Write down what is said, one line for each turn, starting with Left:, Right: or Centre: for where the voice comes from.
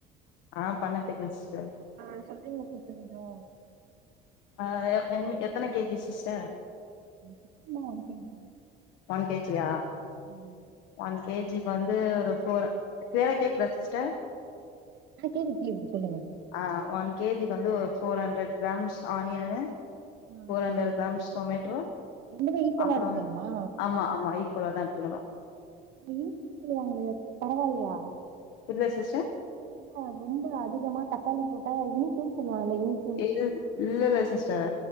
Left: ஆ பண்ண தெரியும் சிஸ்டர்
Right: ஆ சொல்றீங்களா சிஸ்டர் கொஞ்சோ
Left: ஆ என் வி எத்தன K G sister
Right: one fifty இல்ல one K G
Left: one K G yeah
Right: ஆமா
Left: ஒன் கே ஜி க்கு வந்து ஒரு ஃபோர் கிளீயரா கேக்குதா சிஸ்டர்
Right: ஆ கேக்குது கேக்குது சொல்லுங்க
Left: ஆ ஒன் கே ஜி க்கு வந்து ஒரு ஃபோர் ஹண்ட்ரட் கிராம்ஸ் ஆனியனு
Right: ஆ
Left: ஃபோர்
Right: பாருங்க
Left: ஹண்டரட் கிராம்ஸ் டொமேட்டோ
Right: ரெண்டுமே ஈக்குவலா
Left: அப்பறோ
Right: எடுத்துக்கணுமா
Left: ஆமா ஆமா இ போலதான் எடுத்துக்கணும்
Right: இனிக்குன்னு சொல்லுவாங்களே பரவாயில்லயா
Left: என்ன சிஸ்டர்
Right: இல்ல ரொம்ப அதிகமா தக்காளி போட்ட இனிக்கும் சொல்லுவாங்களா இனிக்கு
Left: எது இல்ல இல்ல சிஸ்டர்